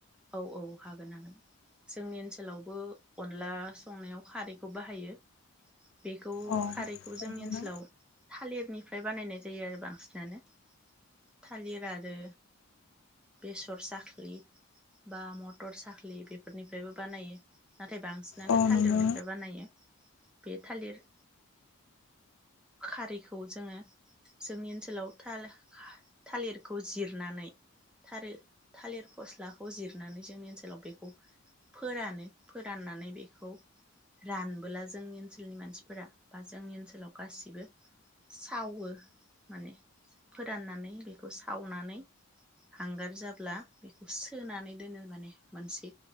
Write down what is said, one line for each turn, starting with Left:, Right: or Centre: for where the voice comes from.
Centre: औ औ हागोन हागोन जोंनि ओनसोलावबो अनला संनायाव खारैखौ बाहायो। बेखौ
Left: अ
Centre: खारैखौ जोंनि
Left: नंगौना
Centre: ओनसोलाव थालिरनिफ्राय बानायनाय जायो आरो बांसिनानो थालिर आरो बेसर साख्रि बा मटर साखलि बेफोरनिफ्रायबो बानायो। नाथाय बांसिनानो
Left: अ
Centre: थालिरनिफ्राय
Left: नंगौना
Centre: बानायो। बे थालिर खारैखौ जोंङो जोंनि ओनसोलाव थाल थालिरखौ जिरनानै थालिर थालिर फस्लाखौ जिरनानै जोंनि ओनसोलाव बेखौ फोरानो फोराननानै बेखौ रानबोला जोंनि ओनसोलनि मानसिफोरा बा जोंनि ओनसोलाव गासिबो सावो माने फोराननानै बेखौ सावनानै हांगार जाब्ला बेखौ सोनानै दोनो माने मोनसे